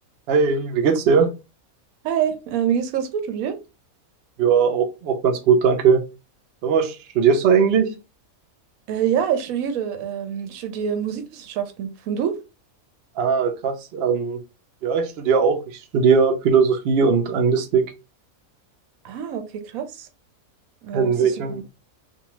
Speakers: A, on the right; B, on the right.
A: Hey, wie geht's dir?
B: Hi, äh, mir geht's ganz gut, und dir?
A: Ja, auch, auch ganz gut, danke. Sag mal, studierst du eigentlich?
B: Äh, ja, ich studiere, ähm, ich studiere Musikwissenschaften. Und du?
A: Ah, krass. Ähm, ja, ich studiere auch. Ich studiere Philosophie und Anglistik.
B: Ah, okay, krass. Äh,
A: In
B: ist
A: welchem?
B: das so,